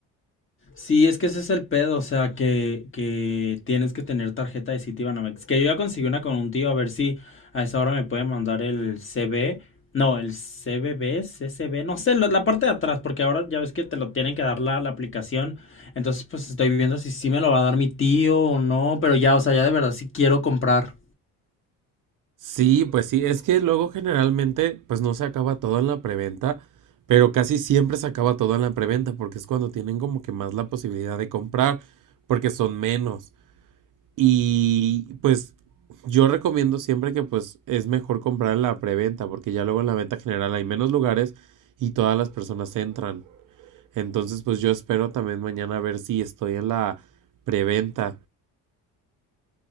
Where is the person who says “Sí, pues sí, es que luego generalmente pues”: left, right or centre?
Right